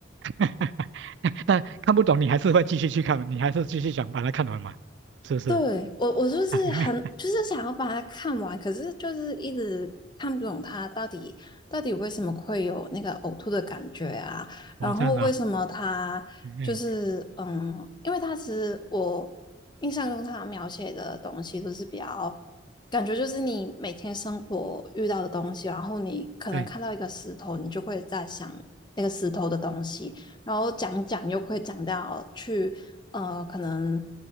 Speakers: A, on the right; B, on the left.
A: <laughs> 那看不懂你还是会继续去看，你还是继续想把它看完嘛，是不是？
B: 对，我，我就是很，
A: <laughs>
B: 就是想要把它看完，可是就是一直看不懂它到底到底为什么会有那个呕吐的感觉啊，然后为什么它就是嗯，
A: 哦，这样子啊，嗯，嗯
B: 因为它其实我印象中它描写的东西都是比较感觉就是你每天生活遇到的东西，然后你可能看到一个石头，
A: 对，
B: 你就会在想那个石头的东西，然后讲讲又会讲到去。呃，可能